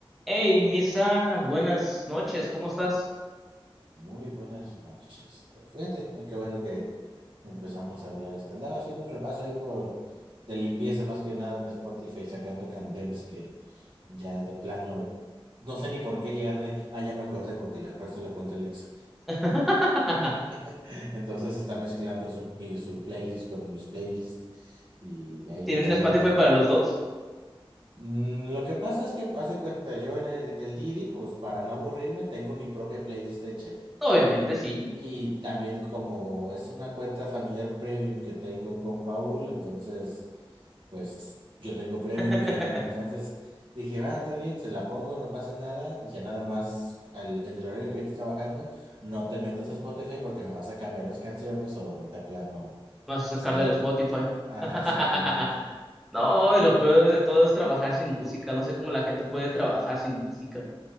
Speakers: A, in the centre; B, on the right.
A: Hey, Misa, buenas noches, ¿cómo estás?
B: Muy buenas noches. Fíjate, qué bueno que empezamos a hablar. Este, andaba haciendo un repaso ahí por de limpieza más que nada en Spotify, sacando canciones que ya de plano no sé ni por qué llegaron. ahí. Ah, ya me acordé porque le presto la cuenta a Alexa.
A: <laughs>
B: <laughs> Entonces está mezclando su, mi- su playlist con mis playlists y hay
A: ¿Tienen
B: todo
A: un Spotify
B: una.
A: para los dos?
B: Mm, Lo que pasa es que, hace cuenta, yo en el, en el Didi, pues para no aburrirme, tengo mi propia playlist hecha.
A: Obviamente, sí.
B: Y también como es una cuenta familiar premium que tengo con Paul, entonces, pues yo tengo premium,
A: <laughs>
B: ella no. Entonces
A: Me
B: dije, va, está bien, se la pongo, no pasa nada. Y ya nada más al- en el horario que yo estoy trabajando, no te metas a Spotify porque me vas a cambiar las canciones o de plano.
A: vas a sacar
B: pues, ahora-
A: del Spotify.
B: Ajá,
A: <laughs>
B: exactamente.
A: No, y lo peor de todo es trabajar sin música. No sé cómo la gente puede trabajar sin música.